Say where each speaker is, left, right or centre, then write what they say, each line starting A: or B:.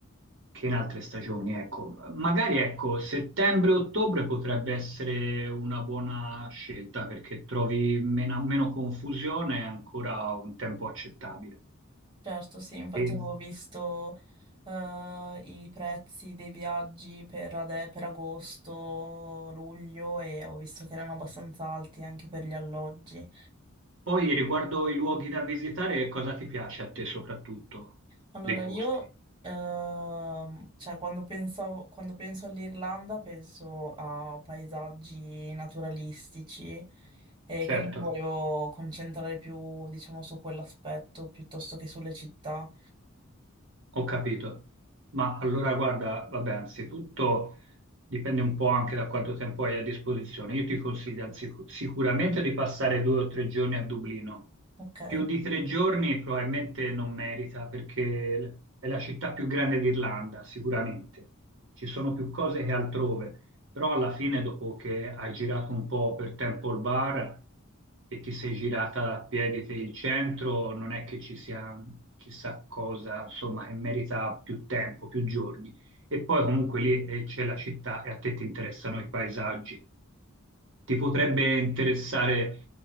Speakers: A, on the right; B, on the right.
A: che in altre stagioni. Ecco, magari ecco, settembre-ottobre potrebbe essere una buona scelta perché trovi meno, meno confusione e ancora un tempo accettabile.
B: Certo, sì, infatti
A: E-
B: avevo visto eh, i prezzi dei viaggi per, ade- per agosto, luglio e avevo visto che erano abbastanza alti anche per gli alloggi.
A: Poi riguardo i luoghi da visitare, cosa ti piace a te soprattutto
B: Allora,
A: dei posti?
B: io, ehm, cioè, quando pensavo- quando penso all'Irlanda penso a paesaggi naturalistici e quindi
A: Certo,
B: mi volevo concentrare più, diciamo, su quell'aspetto piuttosto che sulle città.
A: ho capito. Ma allora guarda, vabbè, anzitutto dipende un po' anche da quanto tempo hai a disposizione. Io ti consiglio anzi- sicuramente di passare due o tre giorni a Dublino.
B: Ok,
A: Più di tre giorni probabilmente non merita perché è la città più grande d'Irlanda, sicuramente. Ci sono più cose che altrove. Però alla fine, dopo che hai girato un po' per Temple Bar e ti sei girata a piedi per il centro, non è che ci sia chissà cosa, insomma, che merita più tempo, più giorni. E poi comunque lì eh, c'è la città e a te ti interessano i paesaggi. Ti potrebbe interessare